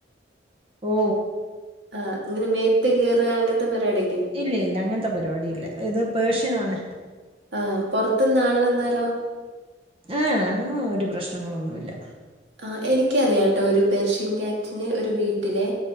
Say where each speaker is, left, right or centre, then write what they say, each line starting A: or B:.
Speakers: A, on the right; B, on the right.
A: ഓ
B: ആ ഇങ്ങനെ മേത്തുകേറുക അങ്ങനത്തെ പരിപാടി
A: ഇല്ല ഇല്ല അങ്ങനത്തെ പരിപാടി ഇല്ല ഇതുപേർഷ്യനാണ്
B: ആ പൊറത്തിന്ന് ആളുവന്നാലോ
A: ആ അങ്ങനെ ഒരു പ്രശ്നങ്ങളൊന്നുല്ലാ
B: ആ എനിക്കറിയാട്ടോ ഒരു പേർഷ്യൻ ക്യാറ്റിനെ ഒരുവീട്ടിലെ